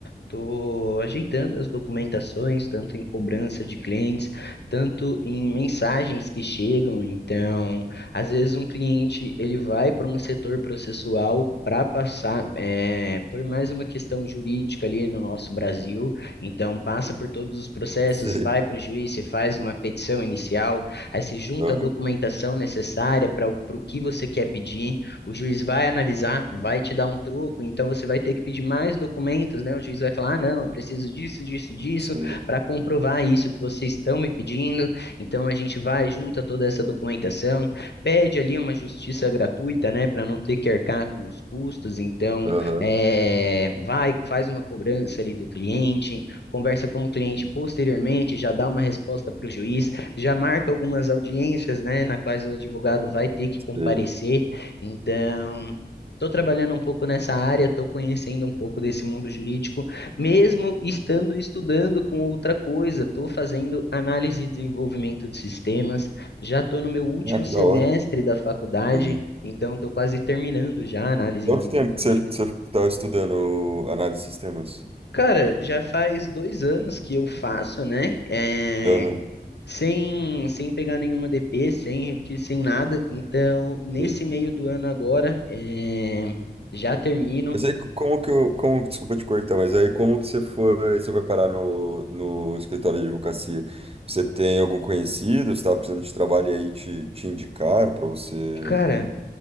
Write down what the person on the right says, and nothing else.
<laughs> Sei.
Aham,
sei.
Aham,
sei.
Ah, que
da hora.
Uhum.
Quanto
tempo que você, que você tá estudando análise de sistemas?
Aham,
sim.
Mas aí, co- como que eu, como, desculpa te cortar, mas aí como que você foi, você foi parar no, no escritório de advocacia? Você tem algum conhecido, você estava precisando de trabalho e aí te, te indicaram para você?